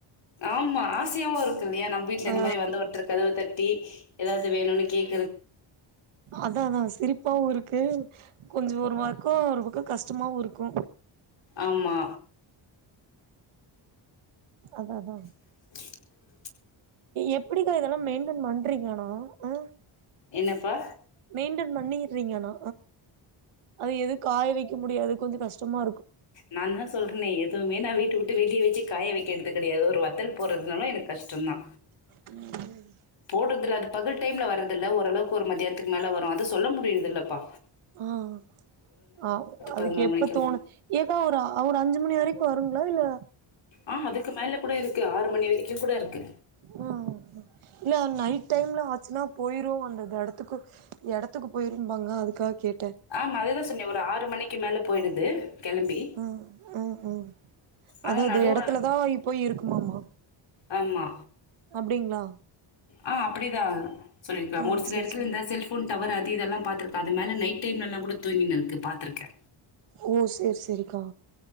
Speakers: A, on the left; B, on the right.
A: ஆமா ஆசையாவு இருக் இல்லையா நம் வீட்ல
B: ஆ
A: இந்த மாதிரி வந்தொருத்தர் கதவு தட் டி ஏதாவது வேணும்னு கேட்
B: அதாதா சிரிப்பாவு இருக் கு கொஞ்சொ ஒரு பக்கோ ஒரு பக்க கஷ்டமாவு இருக்கு
A: அம்மா
B: அதா அதா
A: <inaudible>
B: எப்டீக்கா இதெல்லா மெயின்டன் பண்றீங்கனா அஹ்
A: என்னப்பா
B: மெயின்டென் பண்ணீறீங்கானா அது எது காய வைக்க முடியாது கொஞ்ச கஷ் சும்மா
A: நாந்தா சொல்றனே எதுவுமே நா வீட்டவ்ட் ட்டு வெளிய வெச்சு காய வைக்க எடுக்க கெடையாது ஒரு வத்தல் போட்றதுனாலு எனக் கஷ்டந்தா
B: உம்
A: போடுறதுல்ல அது பகல் டைம்ல வற்றதில்ல ஓரளவுக்கு ஒரு மத்தியானத்துக்கு மேல வரு அத சொல்ல முடியறதுல்லப்பா
B: ஆஹ் ஆஹ் அதுக்கு
A: பதினோரு
B: எப்ப
A: மணிக்கெல்லா
B: தோணு ஏக்கா ஒரு அவரு அஞ்சு மணி வரைக்கு வருங்களா இல்ல
A: ஆஹ் அதுக்கு மேல கூட <unintelligible> க்கு ஆறு மணி வரைக்கு கூட இருக்கு
B: ஹ இல்ல நைட் டைம்ல சுனா போயிரு அந்தெடத்துக்கு எடத்துக்கு போயிரும்பாங்க அதுக்கா கே
A: ஆமா அததா சொன்னே ஒரு ஆறு மணிக்கு மேல போயிருது கெளம்பி
B: ஆ ஆ ஆ
A: ஆனா
B: அது அது
A: நடுரா
B: எடத்துலதா போய் இருக்குமாமா
A: ஆமா
B: அப்டிங்களா
A: ஆஹ் அப்டிதா சொல்லிருக்காங்க
B: ஆ
A: ஒரு சில
B: சேரி
A: எடத்துல
B: சேரி
A: இருந்த செல்போன் டவர் அதிது இதெல்லா பாத்துருக்க அது மேல நைட் டைம்லலாங்கூட தூங்கினுருக்கு பாத்துருக்கே
B: ஓ சேரி சேரிக்கா